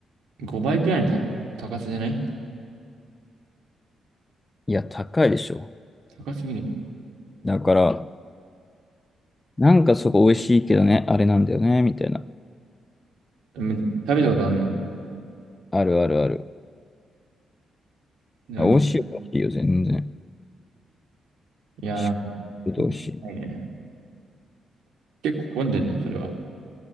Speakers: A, on the right; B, on the left.
A: 5倍くらいのた高さじゃない
B: いや、高いでしょ。
A: 高すぎる。
B: だから、なんかそこ美味しいけどね、あれなんだよね、みたいな。
A: でも食べたことあんの
B: あるあるある。
A: でもい
B: 美味しいよ、美味しいよ、全然。
A: や、
B: し
A: なんか、
B: どうし、
A: もったいないね。結構混んでんの、それは。